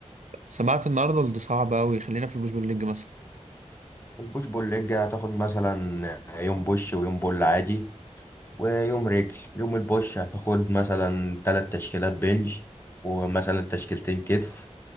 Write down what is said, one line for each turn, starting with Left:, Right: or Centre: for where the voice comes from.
Right: سمعت ان ارنولد صعب قوي خلينا في البوش بول ليج مثلا
Left: البوش بول ليج هتاخد مثلا يوم بوش ويوم بول عادي ويوم رجل يوم البوش هتاخد مثلا تلات تشكيلات بنج ومثلا تشكيلتين كتف